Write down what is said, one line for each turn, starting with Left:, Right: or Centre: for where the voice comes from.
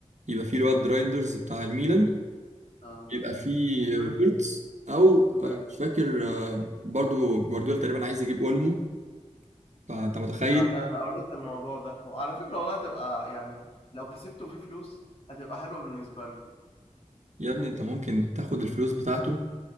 Right: يبقى في الواد رايندرز بتاع الميلان
Left: اه
Right: يبقى في
Left: وفيرت
Right: فيرتس أو
Left: فيرتس
Right: آه، مش فاكر آه، برضو جوارديولا تقريبا عايز يجيب أولمو فأنت متخيل
Left: انا انا قريت الموضوع ده وعلى فكرة والله هتبقى يعني لو كسبتوا فيه فلوس هتبقى حلوة بالنسبة لكم
Right: يا ابني أنت ممكن تاخد الفلوس بتاعته